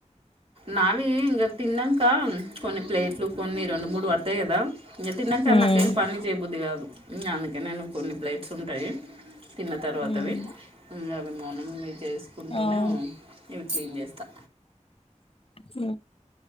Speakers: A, on the right; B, on the left.
A: నావి ఇంక తిన్నాక కొన్ని ప్లేట్లు కొన్ని రెండు మూడు పడతాయి కదా ఇంక తిన్నాక
B: ఉమ్
A: నాకేం పని చేయబుద్ధి కాదు అందుకే నేను కొన్ని ప్లేట్స్ ఉంటాయి తిన్న తర్వాత
B: ఉమ్
A: అవి అవి మార్నింగే చే కుంటూనేవ్
B: అవును
A: ఇవి క్లీన్ చేస్తా
B: హ